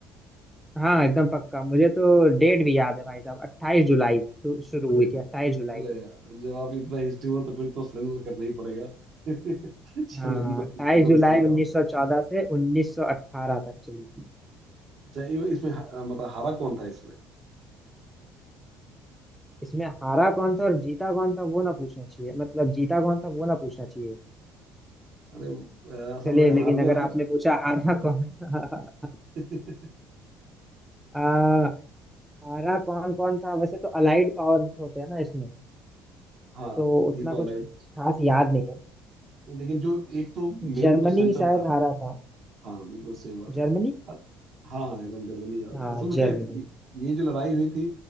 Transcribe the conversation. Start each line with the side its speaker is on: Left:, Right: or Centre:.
Centre: हाँ एकदम पक्का मुझे तो डेट भी याद है भाई साहब अट्ठाईस जुलाई तो शुरू
Right: अरे
Centre: हुई थी अट्ठाईस जुलाई
Right: अरे
Centre: को
Right: यार, जब आप इतना हिस्ट्री हो तो फिर तो सरेंडर करना ही पड़ेगा <laughs> चलो
Centre: हाँ
Right: एकदम
Centre: अट्ठाईस
Right: एकदम
Centre: जुलाई
Right: सही जवाब
Centre: उन्नीस सौ चौदह से उन्नीस सौ अट्ठारह तक चली थी
Right: अच्छा ये- इसमें ह- मतलब हारा कौन था इसमें
Centre: इसमें हारा कौन था और जीता कौन था वो ना पूछना चाहिए मतलब जीता कौन था वो ना पूछना चाहिए
Right: अरे अ, असल
Centre: चलिए
Right: में
Centre: लेकिन
Right: हारने
Centre: अगर
Right: वाले
Centre: आपने पूछा हारा कौन <laughs>
Right: <laughs>
Centre: आ, हारा कौन कौन था वैसे तो अलाइड पावर होते हैं ना इसमें
Right: हाँ
Centre: तो उतना
Right: थी तो
Centre: कुछ
Right: अलाइड
Centre: खास याद नहीं है
Right: लेकिन जो एक तो मेन
Centre: जर्मनी
Right: तो सेंटर
Centre: शायद
Right: था
Centre: हारा था
Right: हाँ बिल्कुल सही बात है
Centre: जर्मनी
Right: अ- हाँ हाँ एकदम जर्मनी है
Centre: हाँ
Right: असल में
Centre: जर्मनी
Right: क्या है, ये ये जो लड़ाई हुई थी